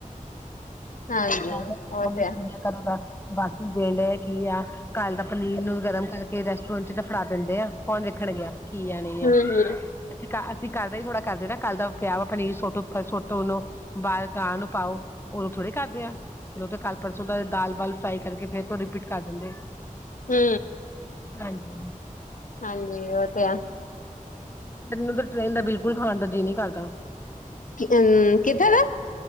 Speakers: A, on the left (about 70°); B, on the left (about 15°).
A: ਹਾਂਜੀ
B: ਮੈ
A: ਉਹ
B: ਤੇ ਖਾ ਲਿਆ
A: ਤੇ
B: ਕਿੰਨੀਆਂ
A: ਹੈ
B: ਘਰੋਂ ਦਾ ਬਾਕੀ ਦੇਣ ਡੇ ਕੀ ਆ। ਕੱਲ ਦਾ ਪਨੀਰ ਨੂੰ ਗਰਮ ਕਰਕੇ ਰੈਸਟੋਰੈਂਟ ਚ ਫੜਾ ਦਿੰਦੇ ਆ ਕੌਣ ਵੇਖਣ ਗਿਆ। ਕੀ ਐ ਨੀ
A: ਹਮ
B: ਐ।
A: ਹਮ
B: ਅਸੀਂ ਘਰ ਦਾ ਈ ਥੋੜਾ ਕਰਦੇ ਨਾ ਕੱਲ ਦਾ ਪਿਆ ਵਾ ਪਨੀਰ ਸੋਟੋ, ਸੋਟੋ ਉਨੂੰ ਬਾਲ ਕਾਂ ਨੂੰ ਪਾਓ ੳਦੋ ਥੋੜੀ ਕਰਦੇ ਆ ਓ ਤੇ ਕੱਲ ਪਰਸੋਂ ਦਾ ਦਾਲ ਵਾਲ ਫਰਾਈ ਕਰਕੇ ਫੇਰ ਤੋ ਰਿਪੀਟ ਕਰ ਦਿੰਦੇ।
A: ਹੁੰ
B: ਹਾਂਜੀ
A: ਹਾਂਜੀ ਓ ਤੇ ਐ
B: ਤੈਨੂੰ ਤੇ ਟ੍ਰੇਨ ਦਾ ਬਿਲਕੁੱਲ ਖਾਣ ਦਾ ਜੀਅ ਨੀ ਕਰਦਾ।
A: ਹਮ <unintelligible> ਕਿਥੇ ਦਾ